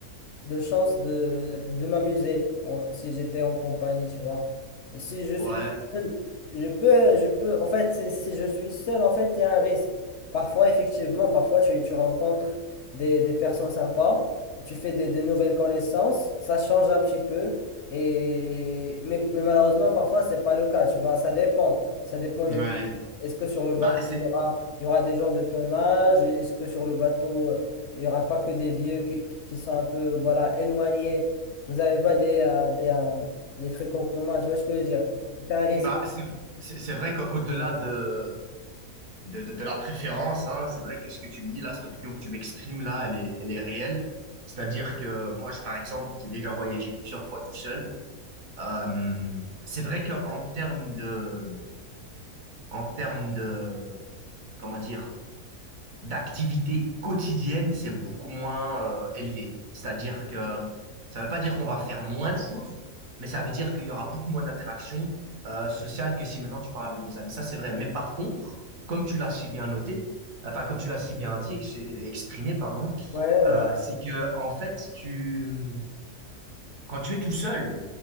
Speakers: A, on the left; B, on the right.
A: de chances de, de m'amuser en- si j'étais en compagnie, tu vois. Et si je suis
B: Ouais,
A: seul, je peux, je peux, en fait, si si je suis seul, en fait, il y a un risque. Parfois, effectivement, parfois, tu, tu rencontres des, des personnes sympas, tu fais des, de nouvelles connaissances, ça change un petit peu. Et... Mais, mais malheureusement, parfois, c'est pas le cas, tu vois, ça dépend. Ça dépend
B: ouais.
A: du... Est-ce que sur le bateau,
B: Bah, c'est
A: il y aura, il y aura des gens de ton âge? Est-ce que sur le bateau, euh, il n'y aura pas que des vieux qui, qui- qui sont un peu, voilà, éloignés? Vous n'avez pas des, euh, des, euh, des trucs en commun, tu vois ce que je veux dire? C'est un risque.
B: bah, c'est c'est- c'est vrai qu'au-delà de, de, de, de la préférence, hein, c'est vrai que ce que tu me dis là, cette opinion que tu m'exprimes là, elle est, elle est réelle. C'est-à-dire que moi, je, par exemple, qui ai déjà voyagé plusieurs fois tout seul, euh, c'est vrai qu'en termes de, en termes de, comment dire, d'activité quotidienne, c'est beaucoup moins euh, élevé. C'est-à-dire que ça ne veut pas dire qu'on va faire moins de choses, mais ça veut dire qu'il y aura beaucoup moins d'interactions euh, sociales que si maintenant tu pars avec des amis. Ça, c'est vrai. Mais par contre, comme tu l'as si bien noté, enfin, comme tu l'as si bien dit, ex- exprimé, pardon,
A: Ouais, ouais.
B: euh, c'est que, en fait, tu, quand tu es tout seul,